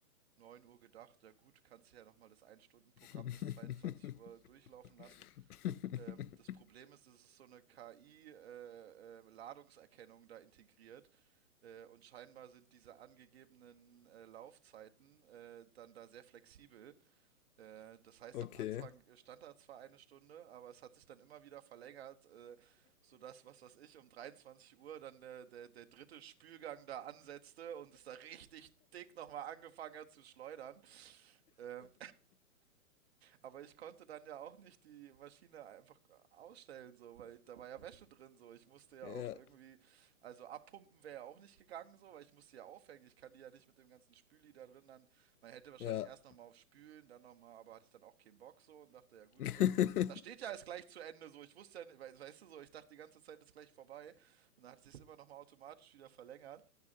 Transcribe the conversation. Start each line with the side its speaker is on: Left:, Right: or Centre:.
Right: 9 Uhr gedacht, ja gut, kannst du ja nochmal das 1-Stunden-Programm
Left: <laughs>
Right: bis 22 Uhr durchlaufen lassen. Ähm, das Problem
Left: <laughs>
Right: ist, es ist so eine KI-Ladungserkennung da integriert. Äh, und scheinbar sind diese angegebenen äh, Laufzeiten äh, dann da sehr flexibel. Äh, das heißt,
Left: Okay.
Right: am Anfang stand da zwar eine Stunde, aber es hat sich dann immer wieder verlängert, äh, sodass, was weiß ich, um 23 Uhr dann der, der, der dritte Spülgang da ansetzte und es da richtig dick nochmal angefangen hat zu schleudern. Ähm, aber ich konnte dann ja auch nicht die Maschine einfach ausstellen, so, weil da war ja Wäsche drin, so. Ich musste ja
Left: Ja,
Right: auch irgendwie, also abpumpen wäre ja auch nicht gegangen, so, weil ich musste ja aufhängen. Ich kann die ja nicht mit dem ganzen Spüli da drin dann. Man hätte wahrscheinlich
Left: ja.
Right: erst nochmal auf Spülen, dann nochmal, aber hatte ich dann auch keinen Bock, so, und dachte, ja gut,
Left: <laughs>
Right: wird, da steht ja alles gleich zu Ende, so. Ich wusste ja, nicht, we- weißt du, so, ich dachte, die ganze Zeit ist gleich vorbei. Und dann hat es sich immer nochmal automatisch wieder verlängert.